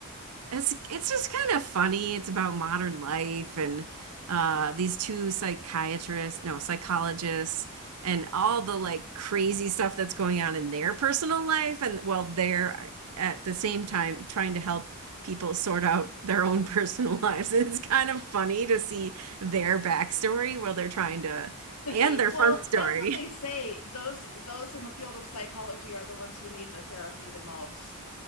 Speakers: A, on the right; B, on the left.
A: it's it's just kind of funny. It's about modern life and uh, these two psychiatrists, no psychologists, and all the like crazy stuff that's going on in their personal life, and while they're at the same time trying to help people sort out their own <laughs> personal lives. And it's kind of funny to see their backstory while they're trying to
B: <laughs>
A: and their
B: Well,
A: front story.
B: that's what they say. Those those in the field of psychology are the ones who need the therapy the most.